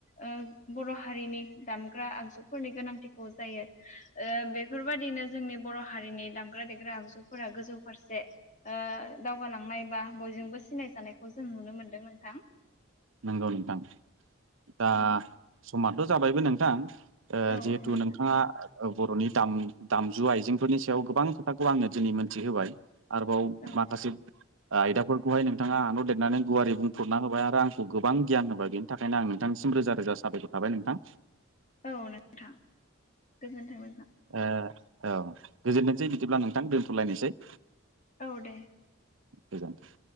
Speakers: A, on the left (about 35°); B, on the right (about 65°).
A: ओ बर' हारिनि दामग्रा आगजुफोरनि गोनांथिखौ जायो ओ बेफोरबादिनो जोंनि बर' हारिनि दामग्रा देग्रा आगजुफोरा गोजौ फारसे ओ दावगालांनाय बा बयजोंबो सिनायजानायखौ जों नुनो मोनदों नोंथां।
B: नंगौ नोंथां दा
A: औ
B: समाथ' जाबायबो नोंथां ओ
A: औ
B: जिहेथु
A: औ नोंथां
B: नोंथाङा ओ बर'नि दाम-दामजु आइजेंफोरनि सायाव गोबां खोथाखौ आंनो दिनै मोनथिहोबाय। आरोबाव
A: औ
B: माखासे आयदाफोरखौहाय नोंथाङा आनर देरनानै गुवारै बुंफोरना होबाय आरो आं खौ गोबां गियान होबाय बेनि थाखायनो आं नोंथांनिसिम रोजा रोजा साबायखर थाबाय नोंथां।
A: औ नोंथां गोजोनथों नोंथां।
B: ओ औ गोजोनथोंसै बिदिब्ला नोंथां दोन्थ'लायनोसै।
A: औ दे।
B: गोजोनथों।